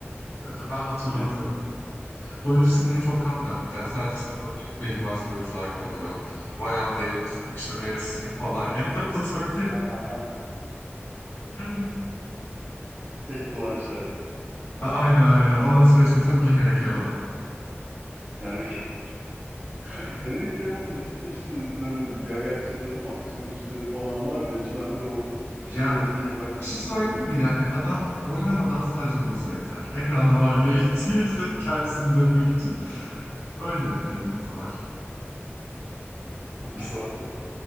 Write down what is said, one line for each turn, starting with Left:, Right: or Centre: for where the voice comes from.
Left: Ee, Ben hatırlamıyorum.
Right: Neyse.
Left: Oyuncu isimleri çok kalmıyor aklımda. Ya sadece işte böyle belli başlı oyuncular kalıyor. Viola Davis, işte Meryl Streep falan yani <laughs> anlatabiliyor
Right: <laughs>
Left: muyum?
Right: Kate Blanchett.
Left: Aynen aynen. Ondan sonra işte tabii ki Henry Cavill.
Right: Henry <laughs> Henry Cavill'ın hiçbir işini izlemedim. Ya gerçi izledim aksiyon işleri falan var da hiç bende o şey
Left: Yani
Right: etkiyi bırakmıyor.
Left: bir şey söyleyeyim
Right: Yani.
Left: mi yani adam oynamadan sadece dursa yeter. Ekranda varlığı <laughs> için, kendisini izletmek için. Öyle bir karizması var.
Right: Doğru.
Left: Biz
Right: <laughs>